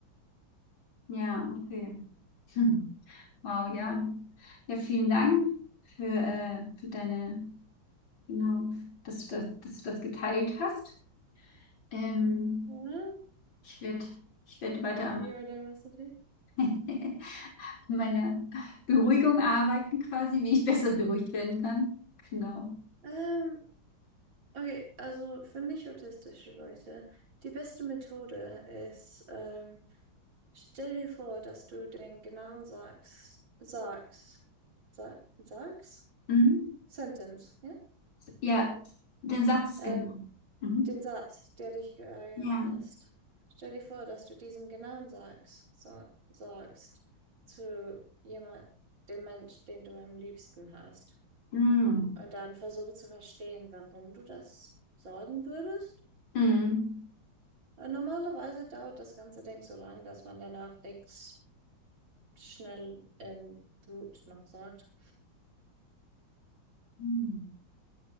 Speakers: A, on the left; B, on the right.
A: Ja, okay. Hm. Wow, ja. Ja, vielen Dank für, äh, für deine, genau, dass du das, dass du das geteilt hast. Ähm,
B: Ja,
A: ich werde ich werd weiter
B: Neurodiversity.
A: an <laughs> an meiner Beruhigung arbeiten, quasi, wie ich besser beruhigt werden kann. Genau.
B: Ähm, okay, also für nicht autistische Leute, die beste Methode ist, ähm, stell dir vor, dass du den genauen Sags, Sags, Sa- Sags,
A: Mhm.
B: Sentence, ja?
A: Ja, den Satz,
B: Ähm,
A: genau. Mhm.
B: den Satz, der dich geärgert
A: Ja.
B: hast. Stell dir vor, dass du diesen genauen Sags, sa sagst zu jemand, dem Mensch, den du am liebsten hast.
A: Mhm.
B: Und dann versuche zu verstehen, warum du das sagen würdest.
A: Mhm.
B: Äh, Normalerweise dauert das ganze Ding so lang, dass man danach nichts schnell in Brut noch sagt.
A: Mhm.